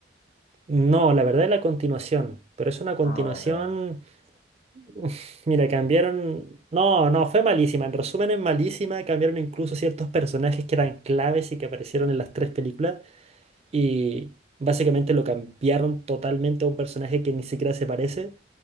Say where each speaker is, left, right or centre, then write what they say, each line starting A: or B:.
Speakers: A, on the right; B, on the left.
A: No, la verdad es la continuación, pero es una continuación
B: Ah, vale, vale.
A: Uf, Mira, cambiaron. No, no, fue malísima. En resumen, es malísima. Cambiaron incluso ciertos personajes que eran claves y que aparecieron en las tres películas. Y básicamente lo cambiaron totalmente a un personaje que ni siquiera se parece.